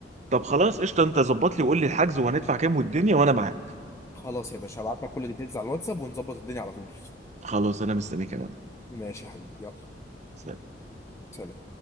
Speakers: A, on the right; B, on the left.
A: طب خلاص قشطه انت ظبط لي وقول لي الحجز وهندفع كام والدنيا وانا معاك
B: خلاص يا باشا هبعت لك كل الديتيلز على الواتساب ونظبط الدنيا على طول
A: خلاص انا مستنيك يا
B: ماشي يا حبيبي يلا
A: مان.
B: سلام